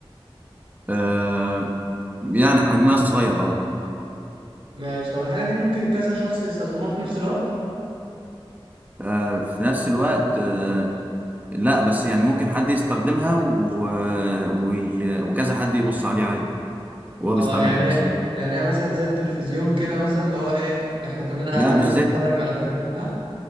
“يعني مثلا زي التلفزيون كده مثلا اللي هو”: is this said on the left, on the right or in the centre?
Right